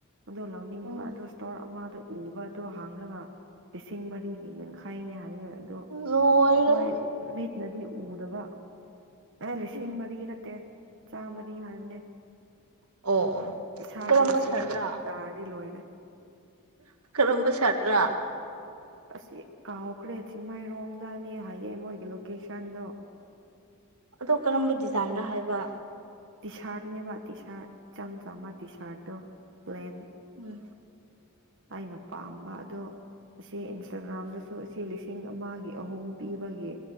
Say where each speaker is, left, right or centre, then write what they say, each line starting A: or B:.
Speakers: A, on the right; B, on the right.
A: ꯑꯗꯨ ꯂꯧꯅꯤꯡꯕ
B: ꯎꯝ
A: ꯑꯗꯨ ꯇꯧꯔ ꯃꯥꯗꯣ ꯎꯕꯗꯣ ꯍꯥꯡꯂꯒ ꯂꯤꯁꯤꯡ ꯃꯔꯤꯒꯤ ꯌꯥꯡꯈꯩꯅꯤ ꯍꯥꯏꯌꯦ ꯑꯗꯣ ꯑꯩꯈꯣꯏ
B: ꯂꯣꯏꯔꯦꯍꯦ
A: ꯃꯤꯠꯅꯗꯤ ꯎꯗꯕ ꯑꯦ ꯂꯤꯁꯤꯡ
B: ꯎꯝ
A: ꯃꯔꯤ ꯅꯠꯇꯦ ꯆꯥꯝꯃꯔꯤ ꯍꯥꯏꯕꯅꯦ
B: ꯑꯣ ꯑꯣ
A: ꯏꯁꯥꯔꯗ
B: ꯀꯔꯝꯕ
A: ꯂꯤꯁꯤꯡ
B: ꯁꯥꯔꯠꯔꯥ
A: ꯃꯔꯤ ꯇꯥꯔꯗꯤ ꯂꯣꯏꯔꯦ
B: ꯔꯣꯝꯕ ꯆꯠꯥ
A: ꯑꯁꯤ ꯀꯥꯎꯈ꯭ꯔꯦ ꯆꯤꯡꯃꯥꯏꯔꯣꯡꯗꯅꯦ ꯍꯥꯏꯌꯦ ꯃꯣꯏꯒꯤ ꯂꯣꯀꯦꯁꯟꯗꯣ
B: ꯑꯗꯣ ꯀꯔꯝꯕ ꯗꯤꯖꯥꯏꯟꯗ ꯍꯥꯏꯕ
A: ꯇꯤꯤꯁꯥꯔꯠꯅꯦꯕ ꯇꯤ ꯁꯥꯔꯠ ꯏꯆꯝ ꯆꯝꯕ ꯇꯤꯤꯁꯥꯔꯠꯇꯣ ꯄ꯭ꯂꯦꯟ
B: ꯎꯝ
A: ꯑꯩꯅ ꯄꯥꯝꯕ ꯑꯗꯨꯗꯣ ꯑꯁꯤ ꯏꯟꯁꯇꯥꯒ꯭ꯔꯥꯝꯗꯁꯨ ꯑꯁꯤ ꯂꯤꯁꯤꯡ ꯑꯃꯒꯤ ꯑꯍꯨꯝ ꯄꯤꯕꯒꯤ